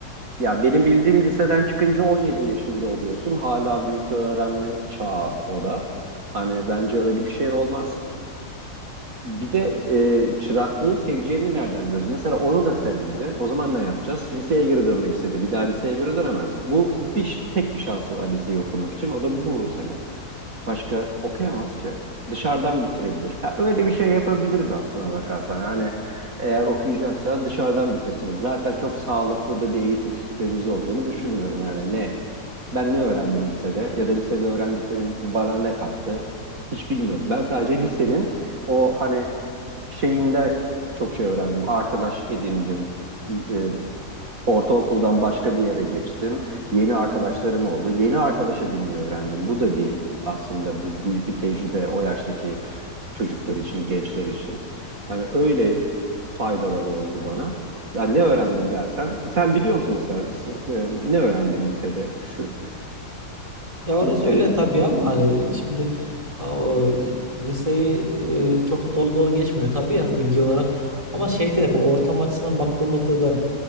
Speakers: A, on the right; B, on the right.
A: Ya benim bildiğim liseden çıkınca 17 yaşında oluyorsun. Hala büyük bir öğrenme çağı o da. Hani bence öyle bir şey olmaz. Bir de e, çıraklığı seveceğini nereden biliyoruz? Mesela onu da sevmedi. O zaman ne yapacağız? Liseye geri dönmek istedi. Bir daha liseye geri dönemez. Bu bir, ş- tek bir şansı var liseyi okumak için. O da bu sene. Başka okuyamaz ki. Dışarıdan bitirebilir. Ha, öyle bir şey yapabiliriz aslına bakarsan. Hani eğer okuyacaksa dışarıdan bitirsin. Zaten çok sağlıklı da bir eğitim sistemimiz olduğunu düşünmüyorum. Yani ne ben ne öğrendim lisede ya da lisede öğrendiklerim bana ne kattı hiç bilmiyorum. Ben sadece lisenin o hani şeyinde çok şey öğrendim. Arkadaş edindim. E, Ortaokuldan başka bir yere geçtim. Yeni arkadaşlarım oldu. Yeni arkadaş edinmeyi öğrendim. Bu da bir aslında bir büyük bir tecrübe o yaştaki çocuklar için, gençler için. Hani öyle faydaları oldu bana. Ya ne öğrendin dersen, sen biliyor musun mesela s- e, ne öğrendin lisede? Şu
B: Ya orası
A: lisenin
B: öyle tabii ama hani şimdi a- o liseyi e, çok dolu dolu geçmiyor tabii ya bilgi olarak. Ama şeyde de bu ortam açısından baktığımızda da